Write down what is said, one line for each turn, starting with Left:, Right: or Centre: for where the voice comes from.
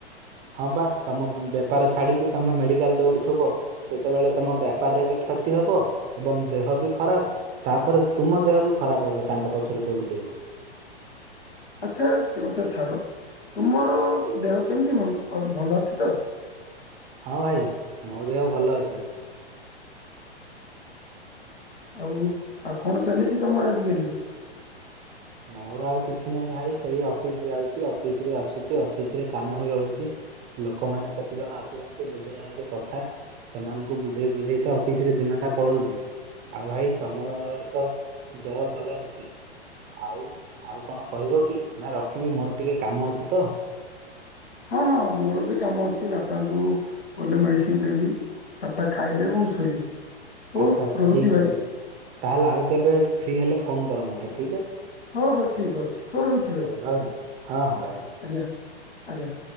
Right: ହଁ ପା ତମ ବେପାର ଛାଡିକି ତମେ ମେଡିକାଲ ଦଉଡୁଥୁବ ସେତେବେଳେ ତମ ବ୍ୟାପାରରେ ବି କ୍ଷ କ୍ଷତି ହବ ଏବଂ ଦେହ ବି ଖରାପ ତାପରେ ତୁମ ଦେହ ବି ଖରାପ ହବ ତାଙ୍କ ପଛରେ ଦୌଡ଼ି ଦୌଡ଼ି।
Left: ଆଛା ସେ କଥା ଛାଡ଼ ତୁମର ଦେହ କେମିତି ଭଲ ଭଲ ଅଛି ତ?
Right: ହଁ ଭାଇ ମୋ ଦେହ ଭଲ ଅଛି।
Left: ଆଉ ଆଉ କଣ ଚାଲିଛି ତମର ଆଜିକାଲି?
Right: ମୋର ଆଉ କିଛି ନାହିଁ ଭାଇ ସେଇ ଅଫିସ ଯାଉଛି। ଅଫିସ ରୁ ଆସୁଛି ଅଫିସ ରେ କାମ ହିଁ ରହୁଛି। ଲୋକମାନେ କେତେ ଜଣ ଆସୁଛନ୍ତି ବୁଝୁନାହାନ୍ତି କଥା। ସେମାନଙ୍କୁ ବୁଝେଇ ବୁଝେଇ ତ ଅଫିସ ରେ ଦିନଟା ପଳଉଚି। ଆଉ ଭାଇ ତମର ତ ଦେହ ଭଲ ଅଛି। ଆଉ ଆଉ କଣ କହିବ କି ନା ରଖିବି ମୋର ଟିକେ କାମ ଅଛି ତ?
Left: ହଁ ହଁ ମୋର ବି କାମ ଅଛି ବାପାଙ୍କୁ ଗଲେ ମେଡିସିନ ଦେବି। ତାପରେ ଖାଇବେ ଏବଂ ଶୋଇବେ। ହଉ
Right: ଆଚ୍ଛା ଆଚ୍ଛା
Left: ରହୁଛି
Right: ଠିକ୍
Left: ଭାଇ
Right: ଅଛି ତାହେଲେ ଆଉ କେବେ ଫ୍ରି ହେଲେ ଫୋନ କର ମତେ।
Left: ହଉ ହଉ ଠିକ ଅଛି ହଉ ରହୁଛି ଭାଇ
Right: ରହିଲି ହଁ
Left: <inaudible>
Right: ହଁ ରହିଲି।
Left: ଆଜ୍ଞା ଆଜ୍ଞା।